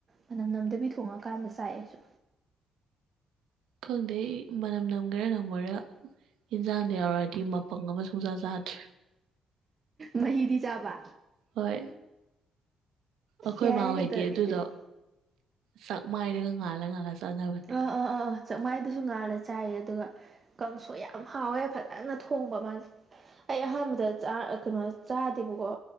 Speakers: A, on the right; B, on the right.
A: ꯃꯅꯝ ꯅꯝꯗꯕꯤ ꯊꯣꯡꯉꯀꯥꯟꯗ ꯆꯥꯏ ꯑꯩꯁꯨ
B: ꯈꯪꯗꯦ ꯑꯩ ꯃꯅꯝ ꯅꯝꯒꯦꯔꯥ ꯅꯝꯃꯣꯏꯔꯥ ꯢꯟꯖꯥꯡꯗ ꯌꯥꯎꯔꯛꯑꯗꯤ ꯃꯄꯪ ꯑꯃ ꯁꯨꯡꯆꯥ ꯆꯥꯗ꯭ꯔꯦ
A: ꯃꯍꯤꯗꯤ ꯆꯥꯕ
B: ꯍꯣꯏ ꯑꯈꯣꯏꯃꯥꯍꯣꯏꯗꯤ
A: ꯌꯥꯔꯦ ꯀꯩꯗꯧꯔꯒꯦ
B: ꯑꯗꯨꯗꯣ
A: ꯑꯗꯨꯗꯤ
B: ꯆꯥꯛꯃꯥꯢꯗꯒ ꯉꯥꯜꯂ ꯉꯥꯜꯂ ꯆꯥꯅꯕꯅꯦ
A: ꯑꯥ ꯑꯥ ꯑꯥ ꯑꯥ ꯆꯥꯛꯃꯥꯏꯗꯁꯨ ꯉꯥꯜꯂ ꯆꯥꯏꯌꯦ ꯑꯗꯨꯒ ꯀꯥꯡꯁꯣꯢ ꯌꯥꯝ ꯍꯥꯎꯋꯦ ꯐꯖꯅ ꯊꯣꯡꯕ ꯃꯥꯖꯦ ꯑꯩ ꯑꯍꯥꯟꯕꯗ ꯆꯥ ꯀꯩꯅꯣ ꯆꯥꯗꯦꯕꯀꯣ